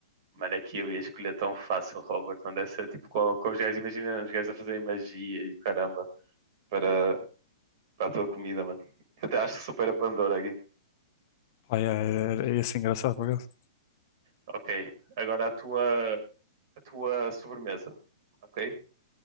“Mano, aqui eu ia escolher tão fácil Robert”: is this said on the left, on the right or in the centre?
Right